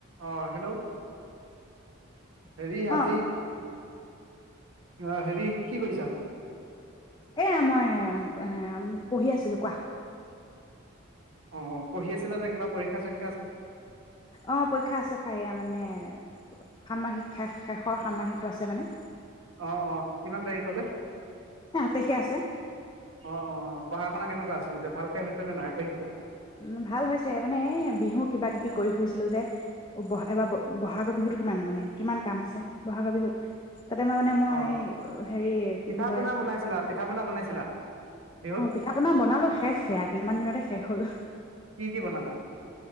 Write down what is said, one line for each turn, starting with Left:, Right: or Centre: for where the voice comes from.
Right: অ hello হেৰি আজি
Left: অ
Right: অ হেৰি কি কৰিছা?
Left: এয়া মই হেম হেম পঢ়ি আছিলো কোৱা,
Right: অ পঢ়ি আছিলা যে কিবা পৰীক্ষা চা
Left: অ পৰীক্ষা আছে ফাইয়া মানে ষান্মাহিক শেষ শেষৰ ষান্মাহিকটো আছে মানে
Right: অ অ কিমান তাৰিখলে
Left: এ সাত তাৰিখে আছে
Right: অ অ পঢ়া শুনা কেনেকুৱা? চলিছে ভালকে হৈছে নে নাইিছে
Left: উম ভাল হৈছে মানে এ বিহু কিবা কিবি কৰি ফুৰিছিলো যে ব এইবাৰ বহাগৰ বিহুতো কিমান মানে কিমান কাম আছে বহাগৰ বিহুত তাতে মই মানে মই
Right: অ অ
Left: হেৰি কি
Right: পিঠা
Left: বুলি কয়
Right: পনা বনাইছিলা পিঠা পনা বনাইছিলা বিহুত
Left: অ পিঠা পনা বনালো শেষ সেয়া কিমান দিনতে শেষ হল
Right: কি কি বনালা